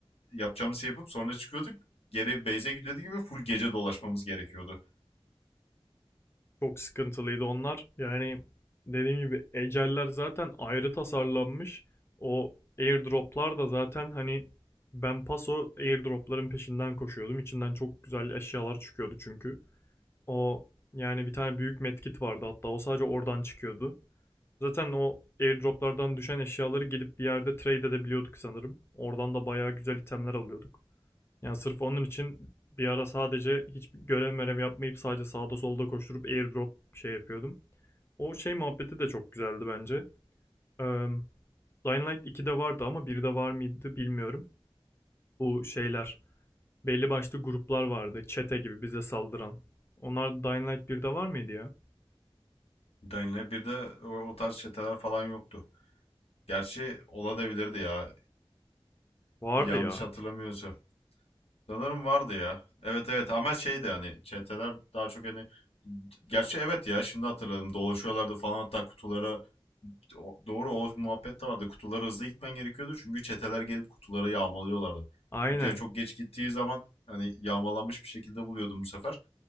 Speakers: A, on the left; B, on the left.
A: Yapacağımız şey yapıp sonra çıkıyorduk. Geri base'e gidiyorduk gibi full gece dolaşmamız gerekiyordu.
B: Çok sıkıntılıydı onlar. Yani dediğim gibi eceller zaten ayrı tasarlanmış. O airdroplar da zaten hani ben paso airdropların peşinden koşuyordum. İçinden çok güzel eşyalar çıkıyordu çünkü. O yani bir tane büyük medkit vardı hatta o sadece oradan çıkıyordu. Zaten o airdroplardan düşen eşyaları gidip bir yerde trade edebiliyorduk sanırım. Oradan da bayağı güzel itemler alıyorduk. Yani sırf onun için bir ara sadece hiç görev merev yapmayıp sadece sağda solda koşturup airdrop şey yapıyordum. O şey muhabbeti de çok güzeldi bence. Eee Dying Light 2'de vardı ama 1'de var mıydı bilmiyorum. Bu şeyler, belli başlı gruplar vardı. Çete gibi bize saldıran. Onlar Dying Light 1'de var mıydı ya?
A: Dying Light 1'de o, tarz çeteler falan yoktu. Gerçi olabilirdi ya.
B: Vardı
A: yanlış
B: ya.
A: hatırlamıyorsam. Sanırım vardı ya. Evet evet ama şeydi hani çeteler daha çok hani gerçi evet ya şimdi hatırladım dolaşıyorlardı falan hatta kutulara O- doğru o muhabbet de vardı kutulara hızlı gitmen gerekiyordu çünkü çeteler gelip kutuları yağmalıyorlardı.
B: Aynen.
A: Kutuya çok geç gittiği zaman hani yağmalanmış bir şekilde buluyordum bu sefer